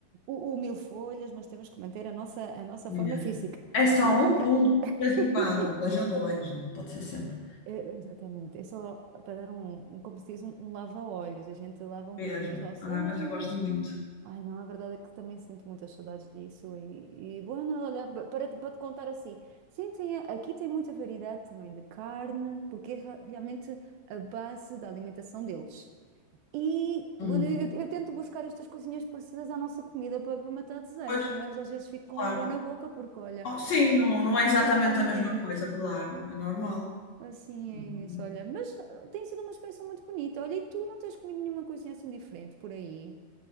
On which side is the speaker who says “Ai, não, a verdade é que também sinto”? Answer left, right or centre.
Right